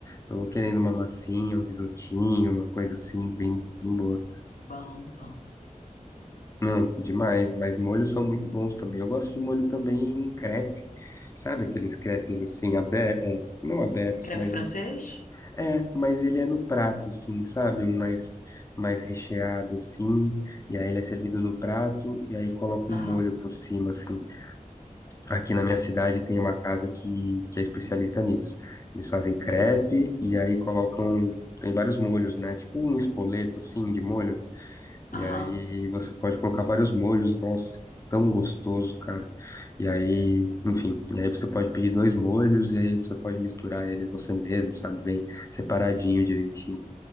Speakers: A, on the left (about 25°); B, on the left (about 85°).
A: tô querendo uma massinha, um risotinho, uma coisa assim, bem, bem boa.
B: Bom, bom.
A: Não, demais, mas molhos são muito bons também. Eu gosto de molho também em crepe, sabe? Aqueles crepes assim, abertos, não abertos,
B: Crepe
A: mas
B: francês?
A: no É, mas ele é no prato, sim, sabe? Um mais, mais recheado, sim. E aí ele é servido no prato e aí coloca
B: Aham.
A: um molho por cima, assim. Aqui na minha cidade tem uma casa que, que é especialista nisso. Eles fazem crepe
B: Hum.
A: e aí colocam. Tem vários molhos, né? Tipo um espoleto, assim, de molho. E
B: Aham.
A: aí você pode colocar vários molhos, nossa, é tão gostoso, cara. E aí, enfim, e aí você pode pedir dois molhos e aí você pode misturar eles você mesmo, sabe? Vem separadinho direitinho.